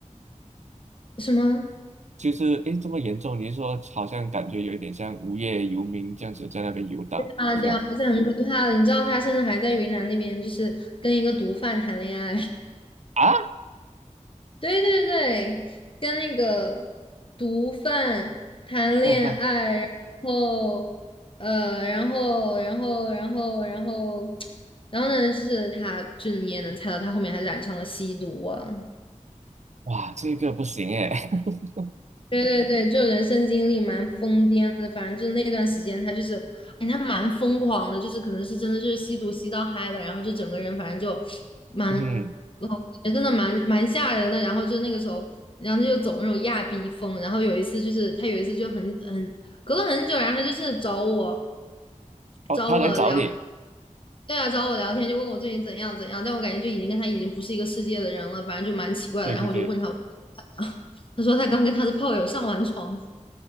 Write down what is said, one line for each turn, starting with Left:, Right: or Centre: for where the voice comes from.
Left: 什么？
Right: 就是诶，这么严重？你是说好像感觉有一点像无业游民这样子在那边游荡，
Left: 啊，
Right: 就是
Left: 对啊，而且很可怕的，你知道他甚至还在云南那边，就是跟一个毒贩谈恋爱。<laughs>
Right: 啊，
Left: 对对对，跟那个毒贩谈恋爱，
Right: 嗯哼，
Left: 然后呃，然后然后然后然后 <tsk> 然后呢，就是他，就你也能猜到，他后面还染上了吸毒啊。
Right: 哇，这个不行诶，<laughs>
Left: 对对对，就人生经历蛮疯癫的，反正就是那段时间他就是，哎，他蛮疯狂的，就是可能是真的就是吸毒吸到嗨了，然后就整个人反正就蛮，
Right: 嗯。
Left: 呃真的蛮蛮吓人的。然后就那个时候，然后他就走那种亚逼风。然后有一次就是他有一次就很很隔了很久，然后他就是找我
Right: 哦，
Left: 找我聊。
Right: 他来找你，
Left: 对啊，找我聊天就问我最近怎样怎样，但我感觉就已经跟他已经不是一个世界的人了，反正就蛮奇怪的。
Right: 对对对，
Left: 然后我就问他，我 <laughs> 他说他刚跟他的炮友上完床，